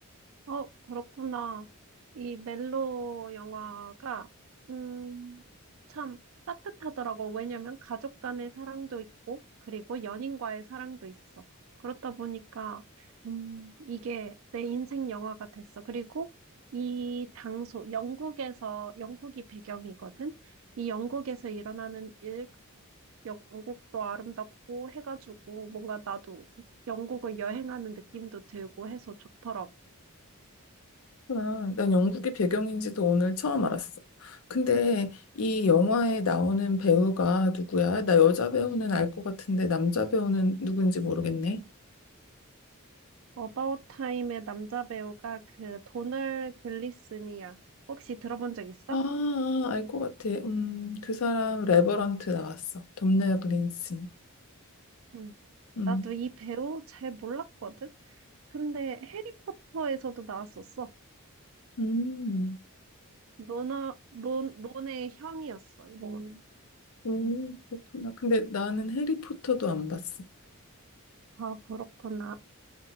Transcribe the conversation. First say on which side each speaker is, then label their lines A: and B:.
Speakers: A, on the right; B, on the left.
A: 어, 그렇구나. 이 멜로 영화가 음, 참 따뜻하더라고. 왜냐면 가족 간의 사랑도 있고 그리고 연인과의 사랑도 있어. 그렇다 보니까 음, 이게 내 인생 영화가 됐어. 그리고 이 장소 영국에서 영국이 배경이거든. 이 영국에서 일어나는 일 영국도 아름답고 해가지고 뭔가 나도 영국을 여행하는 느낌도 들고 해서 좋더라고.
B: 그렇구나. 난 영국이 배경인지도 오늘 처음 알았어. 근데 이 영화에 나오는 배우가 누구야? 나 여자 배우는 알 것 같은데 남자 배우는 누군지 모르겠네.
A: 어바웃 타임의 남자 배우가 그 도널 글리슨이야. 혹시 들어본 적 있어?
B: 아, 알 것 같아. 음, 그 사람 레버런트 나왔어. 돔나 그린슨.
A: 응.
B: 음,
A: 나도 이 배우 잘 몰랐거든? 근데 해리포터에서도 나왔었어.
B: 음.
A: 로나, 론, 론의 형이었어, 이거.
B: 오,
A: 음.
B: 그렇구나. 근데 나는 해리포터도 안 봤어.
A: 아, 그렇구나.